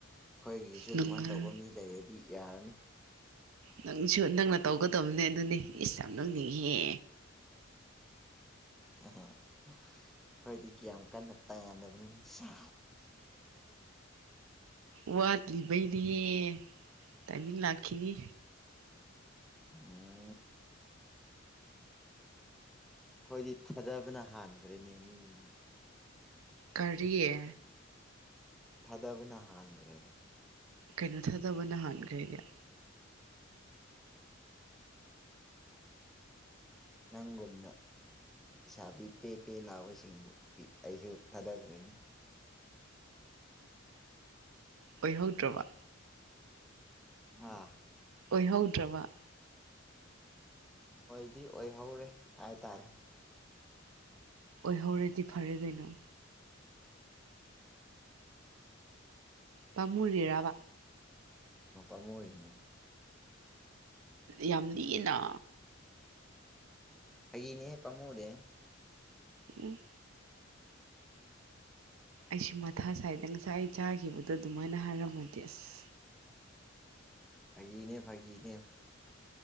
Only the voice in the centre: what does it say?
ꯑꯩꯈꯣꯏꯒꯤꯁꯨ ꯑꯗꯨꯃꯥꯏꯅ
ꯇꯧꯕ ꯃꯤ ꯂꯩꯔꯗꯤ ꯌꯥꯔꯅꯤ
ꯑꯩꯣꯏꯗꯤ ꯀꯌꯥꯝ ꯀꯟꯅ ꯇꯥꯟꯗꯕꯅꯤꯅ ꯁꯥ
ꯑꯣ ꯑꯩꯈꯣꯏꯗꯤ ꯊꯥꯗꯕꯅ ꯍꯥꯟꯈ꯭ꯔꯦꯅꯦ ꯃꯤꯅ
ꯊꯗꯧ ꯅ ꯍꯥꯥꯡꯒ꯭ꯔꯦꯕ
ꯅꯪꯒꯨꯝꯅ ꯄꯩꯁꯥ ꯄꯤ ꯄꯦ ꯄꯦ ꯂꯥꯛꯕꯁꯤꯡꯕꯨ ꯑꯩꯁꯨ ꯊꯥꯗꯈ꯭ꯔꯦꯅꯦ
ꯑꯥ
ꯑꯣꯏꯗꯤ ꯑꯣꯏꯍꯧꯔꯦ ꯍꯥꯏꯇꯥꯔꯦ
ꯄꯃꯨꯔꯤꯅꯦ
ꯐꯒꯤꯅꯦ ꯄꯥꯝꯃꯨꯗꯦ
ꯐꯒꯤꯅꯦ ꯐꯒꯤꯅꯦ